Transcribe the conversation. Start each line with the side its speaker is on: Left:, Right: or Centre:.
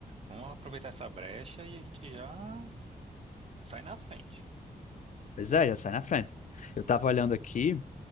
Right: vamos aproveitar essa brecha e a gente já sai na frente.
Left: Pois é, já sai na frente. Eu tava olhando aqui.